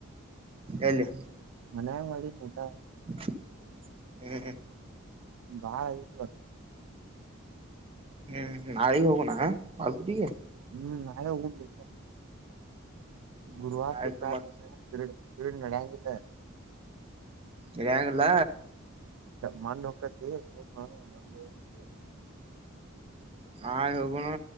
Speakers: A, on the right; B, on the right.
A: ಎಲ್ಲಿ
B: ಮನೆಗೆ ಮಾಡೀನಿ ಊಟ
A: ಹ್ಮ್ ಹ್ಮ್
B: ಬಾಳ ಆಗ್ತಾಯಿಪ್ಪಾ
A: ಹ್ಮ್ ನಳಿನೆ ಹೋಗೋಣ ಬಲ್ಗುಟ್ಟಿಗೆ
B: ಹ್ಮ್ ನಾಳೆ ಹುಂನ್ಲಿ
A: ಹ್ಮ್
B: ಗುರುವಾರ್
A: ಆಯ್ತು
B: ಸುಕ್ರಾರ
A: ಮತ್
B: ಏನ ತಿಡುತಿಡು ನಾಂಗಿಲ್ಲ
A: ತೆಗೆಗಿಲ್ಲ
B: ಮೊನ್ನೆ ಸುಮೆ ಅದೇ
A: ನಾ ಹೋಗೋನು